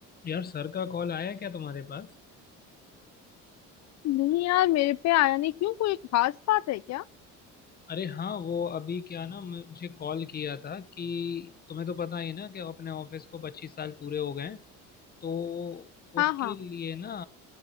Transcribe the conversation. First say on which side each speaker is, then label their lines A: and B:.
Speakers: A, on the left; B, on the left.
A: यार सर का कॉल आया क्या तुम्हारे पास
B: नहीं यार मेरे पे आया नहीं क्यों कोई खास बात है क्या
A: अरे हाँ वो अभी क्या ना मुझे कॉल किया था कि तुम्हें तो पता ही है ना कि अपने ऑफिस को पच्चीस साल पूरे हो गए हैं तो
B: हाँ
A: उसके
B: हाँ
A: लिए ना